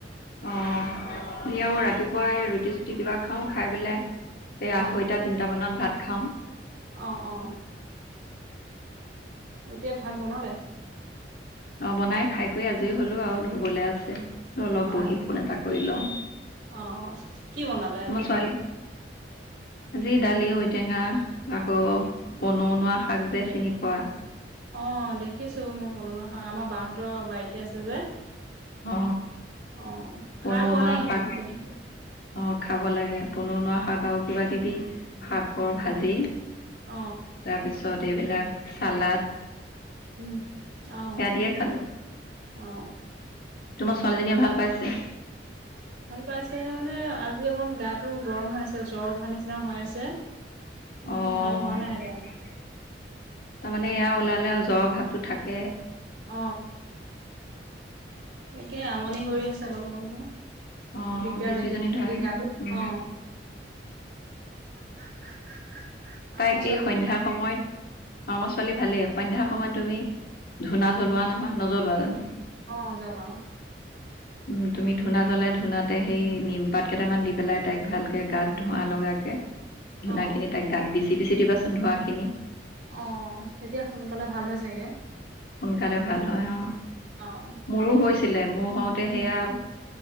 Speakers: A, on the left; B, on the right.
A: অ', আমি আকৌ ৰাতিপুৱাই এই ৰুটি চুটি কিবা খাওঁ, খাই পেলাই এ
B: অ
A: আঢ়ৈটা তিনিটা মানত ভাত খাওঁ।
B: অ, অ', এতিয়া ভাত বনালে?
A: অ, বনাই খাই কৰি আজৰি হলো আৰু ধুবলৈ আছে, অলপ
B: অ
A: বহি ফোন এটা কৰি লওঁ।
B: অ, কি বনালে আজি?
A: মই ছোৱালী আজি দালি, ঔটেঙা, আকৌ বনৌনোৱা শাক যে চিনি পোৱা?
B: অ, দেখিছো মই বনৌনোৱা শাক, আমাৰ বাহঁতৰ বাৰীতে আছে যে।
A: অ,
B: অ খাই
A: বনৌনুৱা
B: পোৱা নাই কিন্তু
A: শাক,
B: তেনেকে
A: অ, খাব লাগে। বনৌণুৱা শাক, আৰু কিবা কিবি শাকৰ ভাজি
B: অ
A: তাৰপিছত এইবিলাক, চালাদ
B: উম, অ,
A: দিয়ে খালো
B: অ,
A: তোমাৰ ছোৱালীজনীয়ে ভাল পাইছে?
B: ভাল পাইছে মানে, আজি অকণ গাটো গৰম হৈ আছে, জ্বৰ উঠাৰ নিচিনা হৈ আছে। ইমান
A: অ,
B: ভাল হোৱা নাই
A: তাৰমানে
B: তাই
A: এয়া ওলালে জ্বৰৰ ভাৱতটো থাকে।
B: অ, সিকেই আমনি কৰি আছে অলপ অলপ
A: অ
B: দিগদাৰ
A: বিজ
B: লাগি
A: বিজনী
B: <unintelligible>
A: ধৰাই
B: গা তো
A: উম
B: অ, <unintelligible>
A: তাইক
B: আপোনাৰ ছোৱালীজনী
A: এই সন্ধ্যা সময়ত, অ, আমাৰ ছোৱালী ভালেই, সন্ধ্যা সময়ত তুমি, ধূনা জ্বলোৱা নহয়, নজ্বলোৱা জানো?
B: অ, জ্বলাওঁ।
A: উ ম তুমি ধূনা জ্বলাই, ধুনাতে সেই নিমপাত কেইটামান দি পেলাই তাইক ভালকে গাত ধোঁৱা লগাকে ধূনাখিনি
B: অ,
A: তাইক গাত বিচি বিচি দিবাচোন ধোঁৱা খিনি।
B: অ, তেতিয়া সোনকালে ভাল হৈ চাগে?
A: সোনকালে ভাল হয় অ,
B: অ',
A: মোৰো হৈছিলে, মোৰ হওঁতে সেইয়া